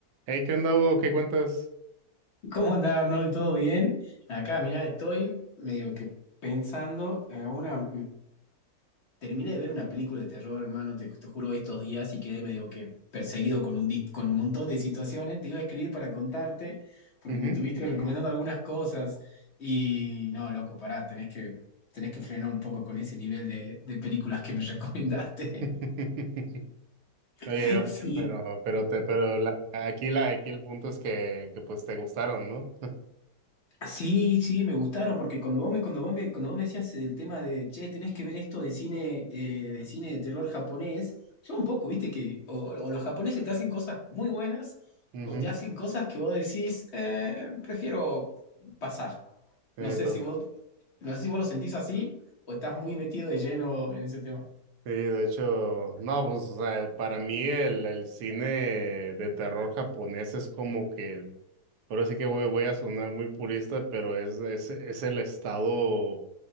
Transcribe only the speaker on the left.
¿Cómo anda Arnold? ¿Todo bien? Acá, mirá, estoy medio que pensando en una... Terminé de ver una película de terror, hermano, te, te juro, estos días y quedé medio que perseguido con un, di- con un montón de situaciones. Te iba a escribir para contarte porque
me estuviste recomendando algunas cosas y no, loco, pará, tenés que, tenés que frenar un poco con ese nivel de, de películas que me recomendaste.
<laughs>
Sí,
Sí, sí, me gustaron, porque cuando vos me, cuando vos me, cuando vos me decías el tema de, che, tenés que ver esto de cine, eh, de cine de terror japonés, yo un poco, viste que o, o los japoneses te hacen cosas muy buenas
o te hacen cosas que vos decís, "Eh, prefiero pasar.
No sé
si vos, no sé si vos lo sentís así o estás muy metido de lleno en ese tema.